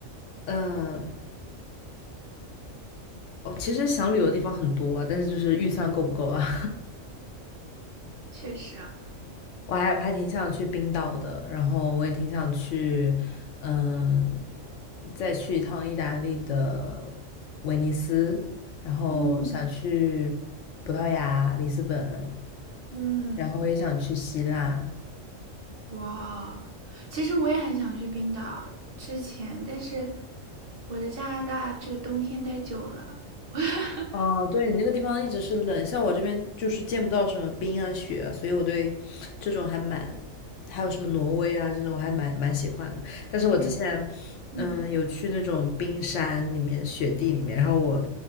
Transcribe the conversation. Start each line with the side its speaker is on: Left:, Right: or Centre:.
Left: 嗯。哦，其实想旅游的地方很多啊，但是就是预算够不够啊？
Right: 确实啊，
Left: <laughs> 我还我还挺想去冰岛的，然后我也挺想去，嗯，再去一趟意大利的威尼斯，然后想去葡萄牙里斯本，
Right: 嗯，嗯，
Left: 然后我也想去希腊，
Right: 哇，其实我也很想去冰岛，之前，但是我在加拿大这个冬天待久了，<laughs>
Left: 哦，对，你那个地方一直是冷，像我这边就是见不到什么冰啊雪啊，所以我对这种还蛮，还有什么挪威啊这种还蛮蛮喜欢的。但是我之前，
Right: 我也嗯，
Left: 嗯，有去那种冰山里面、雪地里面，然后我